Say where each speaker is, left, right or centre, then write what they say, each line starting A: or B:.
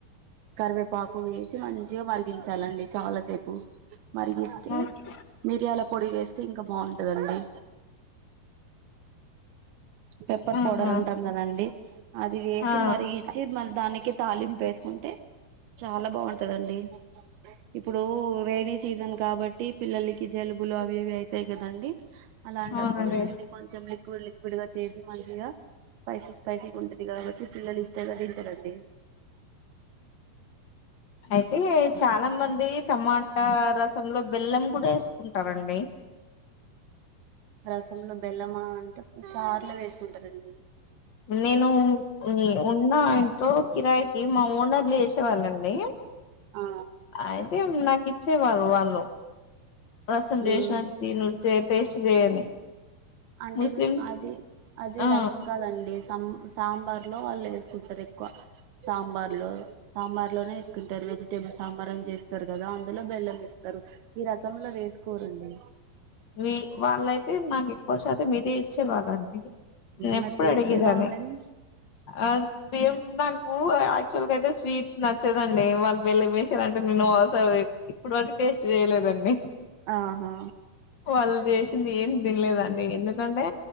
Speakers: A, on the right; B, on the left.
A: కరివేపాకు వేసి మంచిగ మరిగించాలండి చాలాసేపు మరిగిస్తే
B: ఓకే
A: మిరియాల పొడి వేస్తే ఇంక బాగుంటదండి. పెప్పర్
B: ఆహా
A: పౌడర్ అంటాం కదండి అది వేసి
B: ఆ
A: మరిగిచ్చి మళ్ దానికి తాలింప్ ఏస్కుంటే చాలా బాగుంటదండి. ఇప్పుడూ రేని సీజన్ కాబట్టి పిల్లలకి జల్ జలుబులు అవి ఇవి అయితయి కదండి. అలాంటప్పుడు
B: అవునండి
A: ఇది కొంచం ఎక్కు లిక్విడ్ చేసి మంచిగ స్పైసీ స్పైసీగుంటది కాబట్టి పిల్లల్ ఇష్టంగ తింటరండి. <inaudible>
B: అయితే చాలా మంది టమాటా రసంలో బెల్లం కుడ ఏస్కుంటరండి.
A: రసంలో బెల్లమా అంటే చార్లో వేస్కుంటరండి.
B: నేను ఉన్న ఇంట్లో కిరాయికి మా ఓనర్ల్ ఏసేవాళ్ళండి
A: ఆ
B: అయితే నాకిచ్చే వాళ్ వాళ్ళు రసం చేసిన
A: ఉమ్
B: తినుచ్చే టేస్ట్ చేయని
A: అంటే
B: ముస్లిమ్స్
A: అది అది
B: ఆ
A: రసం కాదండి. సం సాంబార్లో వాల్ ఏస్కుంటర్ ఎక్కువ సాంబార్లో సాంబార్లోనే ఏస్కుంటరు. వెజిటేబుల్ సాంబారం చేస్తారు కదా అందులో బెల్లం ఏస్తరు ఈ రసంలో వేసుకోరుండి.
B: వీ వాళ్ళైతే నాక్ ఎక్కువ శాతం ఇదే ఇచ్చే వాళ్ళం నేన్
A: మరి
B: ఎప్పుడు
A: టేస్ట్
B: అడిగేదాన్ని
A: ఎలా ఉండది
B: ఆ పేమ్ నాకు యాక్చువల్గ అయితే స్వీట్ నచ్చదండి వాళ్ బెల్లమే అంటే నో అసలే ఇప్పుడు వరకు టేస్ట్ చేయలేదండి.
A: ఆహా
B: వాళ్ళు చేసింది ఏం తిన్లేదం ఎందుకంటే